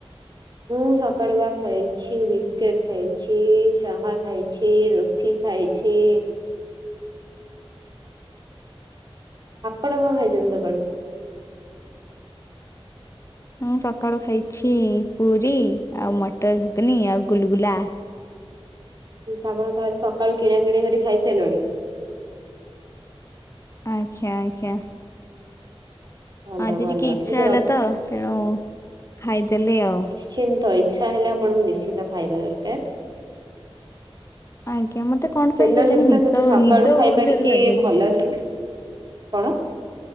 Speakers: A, on the right; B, on the left.
A: ମୁଁ ସକାଳୁ ବା ଖାଇଛି ବିସ୍କୁିଟ ଖାଇଛି ଚାହା ଖାଇଛି ର ଠି ଖାଇଛି ଆପଣ କଣ ଖାଇଛନ୍ତି ସକାଳୁ?
B: ମୁଁ ସକାଳୁ ଖାଇଛି ପୁରୀ ଆଉ ମଟର ଘୁଗୁନି ଆଉ ଗୁଲଗୁଲା
A: ଏ ଶ୍ରାବଣ ସା ସକାଳୁ କିଣା କିଣା କରି ଖାଇସାରିଲୁଣି
B: ଆଛା ଆଜ୍ଞା
A: ଭଲ
B: ଆଜି
A: ଭଲ
B: ଟିକେ ଇଚଛା
A: ଏମିତି
B: ହେଲା
A: ର
B: ତ ତେଣୁ ଖାଇଦେଲେ ଆଉ
A: ନିଶ୍ଚିନ୍ତ ଇଚ୍ଛା ହେଲେ ଆପଣଙ୍କୁ ନିଶ୍ଚିନ୍ତ ଖାଇବା ଦରକାର
B: ଆଜ୍ଞା ମତେ କଣ ପାଇଁ
A: ତେଲ
B: କେଜାଣି
A: ଜିନିଷ
B: ନିଦ
A: କିନ୍ତୁ ସକାଳୁ
B: ନିଦ
A: ଖାଇବା
B: ବହୁତ ଜୋରରେ
A: ଟିକେ
B: ଲାଗୁଛି।
A: ଭଲ ନୁହଁ କଣ?